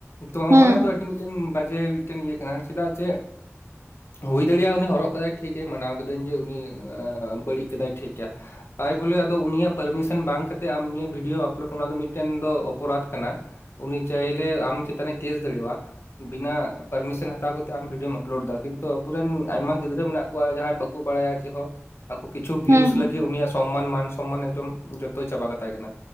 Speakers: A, on the left; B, on the right.
A: ᱛᱚ ᱱᱚᱜ-ᱱᱚᱣᱟ
B: ᱦᱩᱸ
A: ᱫᱚ ᱟᱹᱰᱤ ᱛᱤᱱ ᱵᱟᱡᱮ ᱢᱤᱫᱴᱮᱱ ᱤᱭᱟᱹ ᱠᱟᱱᱟ ᱪᱮᱫᱟᱜ ᱪᱮ ᱦᱩᱭ ᱫᱟᱲᱮᱭᱟᱜᱼᱟ ᱩᱱᱤ ᱦᱚᱨᱚᱜ ᱟᱠᱟᱫᱟᱭ ᱴᱷᱤᱠ ᱜᱮ ᱢᱟᱱᱟᱣ ᱠᱤᱫᱟᱹᱧ ᱡᱮ ᱩᱱᱤ ᱵᱟᱹᱲᱤᱡ ᱠᱮᱫᱟᱭ ᱴᱷᱤᱠ ᱜᱮᱭᱟ ᱟᱡ ᱵᱚᱞᱮ ᱟᱫᱚ ᱩᱱᱤᱭᱟᱜ ᱯᱟᱨᱢᱤᱥᱚᱱ ᱵᱟᱝ ᱠᱟᱛᱮ ᱟᱢ ᱩᱱᱤᱭᱟᱜ ᱵᱷᱤᱰᱭᱳ ᱟᱯᱞᱳᱰ ᱚᱱᱟ ᱫᱚ ᱢᱤᱫᱴᱮᱱ ᱢᱤᱫᱴᱮᱱ ᱫᱚ ᱚᱯᱚᱨᱟᱫᱷ ᱠᱟᱱᱟ ᱩᱱᱤ ᱪᱟᱦᱞᱮ ᱟᱢ ᱪᱮᱛᱟᱱ ᱮ ᱠᱮᱥ ᱫᱟᱲᱮᱣᱟᱜᱼᱟ ᱵᱮᱱᱟ. ᱯᱟᱨᱢᱤᱥᱚᱱ ᱦᱟᱛᱟᱣ ᱠᱟᱛᱮ ᱟᱢ ᱵᱷᱤᱰᱭᱳᱢ ᱟᱯᱞᱳᱰ ᱮᱫᱟ ᱠᱤᱱᱛᱩ ᱟᱵᱚᱨᱮᱱ ᱟᱭᱢᱟ ᱜᱤᱫᱽᱨᱟᱹ ᱢᱮᱱᱟᱜ ᱠᱚᱣᱟ ᱡᱟᱦᱟᱸᱭ ᱵᱟ ᱠᱚ ᱵᱟᱲᱟᱭᱟ ᱪᱮᱫ ᱦᱚᱸ ᱟᱠᱚ ᱠᱤᱪᱷᱩ ᱵᱷᱤᱭᱩᱥ
B: ᱦᱩᱸ ᱦᱩᱸ
A: ᱞᱟᱹᱜᱤᱫ ᱩᱱᱤᱭᱟᱜ ᱞᱟ. ᱜᱤᱫ ᱥᱚᱢᱢᱟᱱ ᱢᱟᱱ ᱥᱚᱢᱢᱟᱱ ᱮᱠᱫᱚᱢ ᱡᱚᱛᱚᱭ ᱪᱟᱵᱟ ᱠᱟᱛᱟᱭ ᱠᱟᱱᱟ